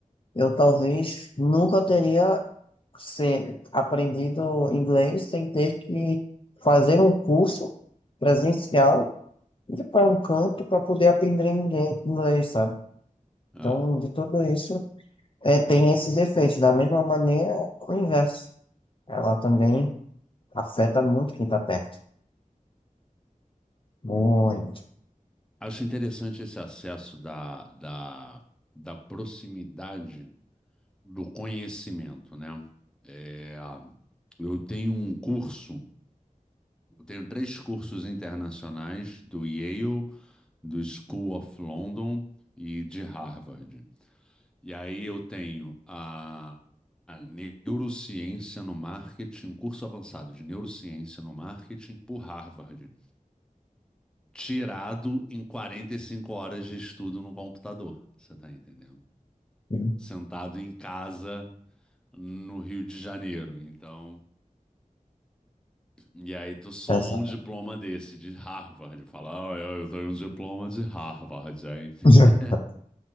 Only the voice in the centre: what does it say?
é.
Acho interessante esse acesso da, da, da proximidade do conhecimento, né? É, eu tenho um curso, eu tenho três cursos internacionais do Yale, do School of London e de Harvard. E aí eu tenho a, a neurociência no marketing, um curso avançado de neurociência no marketing por Harvard, tirado em 45 horas de estudo no computador, você tá entendendo?
Sentado em casa no Rio de Janeiro. Então, E aí tu soma
um diploma desse, de Harvard, fala, ah, eu eu tenho um diploma de Harvard, hein? <laughs>